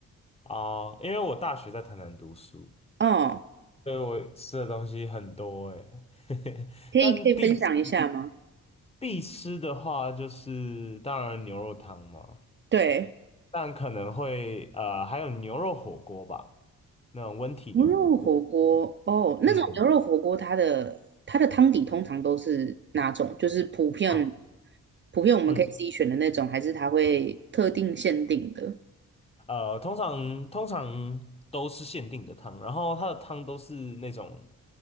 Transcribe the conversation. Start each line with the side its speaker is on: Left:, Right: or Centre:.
Left: 啊，因为我大学在台南读书。
Right: 哦，
Left: 对，我吃的东西很多诶，欸 <laughs>
Right: 可以可以分享一下吗？
Left: 但必吃必吃的话，就是当然牛肉汤嘛，
Right: 对。
Left: 但可能会呃还有牛肉火锅吧，那种温体牛火锅。
Right: 牛肉火锅哦，那种牛肉火锅，
Left: 嗯
Right: 它的它的汤底通常都是哪种？就是普遍
Left: 啊
Right: 普遍我们可以自己选的那种，
Left: 嗯
Right: 还是它会特定限定的？
Left: 呃，通常通常都是限定的汤，然后它的汤都是那种，